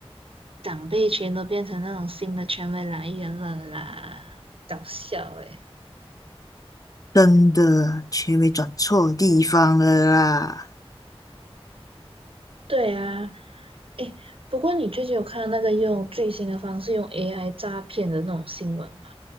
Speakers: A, on the right; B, on the left.
A: 长辈全都变成那种新的权威来源了啦，搞笑诶、
B: 真的，全没转错地方了啦。
A: 对啊，诶，不过你最近有看那个用最新的方式用 AI 诈骗的那种新闻吗？